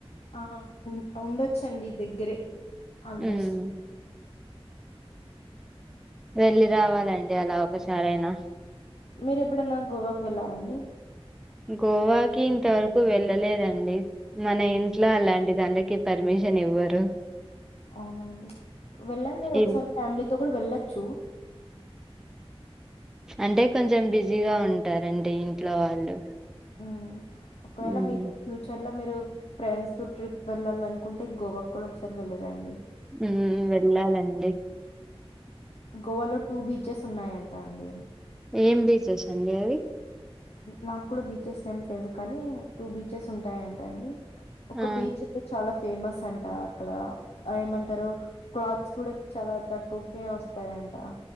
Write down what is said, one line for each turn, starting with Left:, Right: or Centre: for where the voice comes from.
Left: ఆ ఉ ఉండొచ్చండి దగ్గరే ఆల్మోస్ట్.
Centre: మ్మ్ వెళ్ళి రావాలండి అలా ఒకసారయినా
Left: మీరు ఎప్పుడైనా గోవాకు వెళ్ళారండి
Centre: గోవాకి ఇంతవరకు వెళ్ళలేదండి మన ఇంట్లో అలాంటి దానీకి పర్మిషన్ ఇవ్వరు
Left: అవున అండి వెళ్ళండి ఒకసారి
Centre: ఇ
Left: ఫ్యామిలీతో కూడా వెళ్ళ చ్చు
Centre: అంటే కొంచెం బిజీగా ఉంటారండి ఇంట్లో వాళ్ళు
Left: హ్మ్. ఒకవేళ
Centre: ఉమ్
Left: మీకు ఫ్యూచర్ లో మీరు ఫ్రెండ్స్ తో ట్రిప్ వెళ్ళాల అనుకుంటే గోవా కూడా ఒకసారి వెళ్ళరండి
Centre: మం వెళ్ళాలండి
Left: గోవాలో టూ బీచెస్ ఉన్నాయంట అండి
Centre: ఏం బీచెస్ అండి అవి
Left: నాకు కూడా బీచెస్ నేమ్ తెలిదు కానీ టూ బీచెస్ ఉంటాయంట అండి ఒక
Centre: ఆ
Left: బీచ్ అయితే చాలా ఫేమస్ అంట అక్కడ ఏమంటారు క్లాత్స్ కూడా చాలా తక్కువకే వస్తాయంట